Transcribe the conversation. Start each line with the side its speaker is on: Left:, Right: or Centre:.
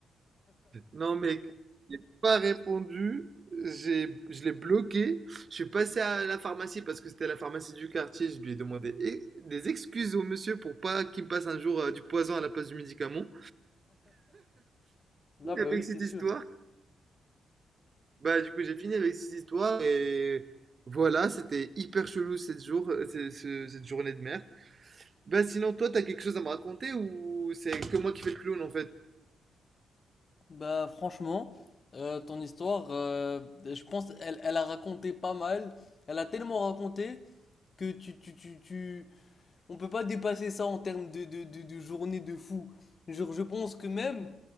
Right: Non, mec, j'ai pas répondu. J'ai, je l'ai bloqué. Je suis passé à la pharmacie parce que c'était la pharmacie du quartier. Je lui ai demandé eh, des excuses au monsieur pour pas qu'il me passe un jour euh, du poison à la place du médicament.
Left: Ah bah
Right: Avec
Left: oui,
Right: cette
Left: c'est sûr.
Right: histoire, bah du coup j'ai fini avec cette histoire et voilà, c'était hyper chelou cette jour, euh, ce- ce- cette journée de merde. Bah sinon toi t'as quelque chose à me raconter ou c'est que moi qui fais le clown en fait?
Left: Bah franchement, euh, ton histoire, euh, je pense, elle, elle a raconté pas mal. Elle a tellement raconté que tu, tu, tu, tu... On peut pas dépasser ça en termes de, de, de, de journée de fou. Genre, je pense que même